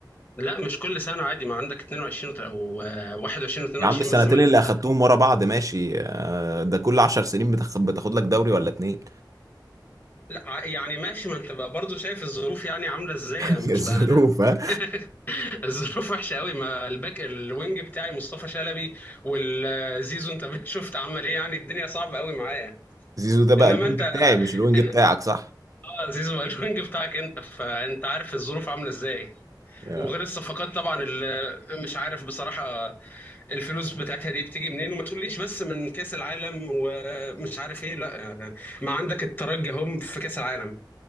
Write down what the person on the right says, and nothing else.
يا عم السنتين
اللي اخدتهم ورا بعض ماشي آه، ده كل عشر سنين بتاخد, بتاخد لك دوري ولا اتنين
<laughs>
الظروف
ها
زيزو ده بقى
الوينج
بتاعي مش الوينج
بتاعك صح
يا.